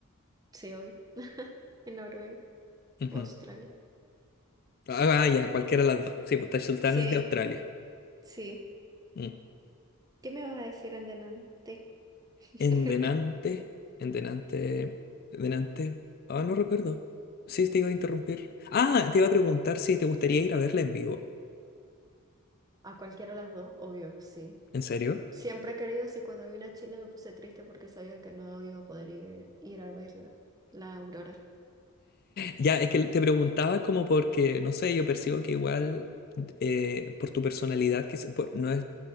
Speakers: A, on the right; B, on the left.
A: Sí, obvio. <laughs> En Noruega
B: Ujú.
A: o Australia.
B: Ah, ah, ya, cualquiera de las dos. Sí, pues Taj Sultan
A: Sí,
B: es de Australia.
A: sí.
B: Mm.
A: ¿Qué me vas a decir en delante? <laughs>
B: En Denante, en Denante, Denante. Ah, no recuerdo. Sí, te iba a interrumpir. Ah, te iba a preguntar si te gustaría ir a verla en vivo.
A: A cualquiera de las dos, obvio, sí.
B: ¿En serio?
A: Siempre he querido, sí, cuando vine a Chile me puse triste porque sabía que no iba a poder ir, ir a verla, la aurora.
B: Ya, es que te preguntaba como porque, no sé, yo percibo que igual eh, por tu personalidad, que se- pues, no es,